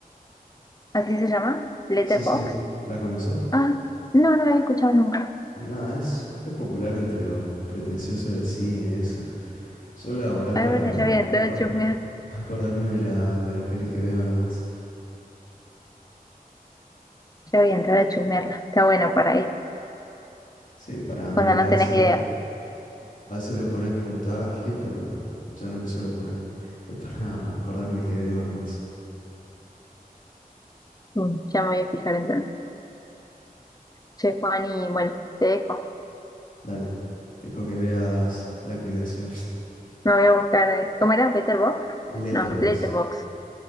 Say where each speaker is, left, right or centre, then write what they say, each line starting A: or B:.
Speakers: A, on the left (about 25°); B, on the left (about 60°).
A: ¿Así se llama? ¿Letterbox?
B: Sí, sí, ¿la conoces?
A: Ah, no, no la había escuchado nunca.
B: No, es, es popular entre los pretenciosos del cine, eso. <laughs> Yo la guardé
A: Ay,
B: para
A: bueno, ya voy a entrar
B: acor-
A: a chusmear.
B: acordarme de la, de las pelis que veo nomás.
A: Ya voy a entrar a chusmearla. Está bueno para ir,
B: Sí, para no
A: cuando
B: olvidarse.
A: no tenés ideas.
B: A veces le pones puntaje, pero yo no le suelo poner. Es para acordarme que veo nomás.
A: Mm, Ya me voy a fijar entonces. Che, Juan, y bueno, te dejo.
B: Dale, te dejo que veas la aplicación
A: Me voy a buscar. eh, ¿Cómo era? ¿Letterbox?
B: <laughs> Letterbox.
A: No, Letterbox.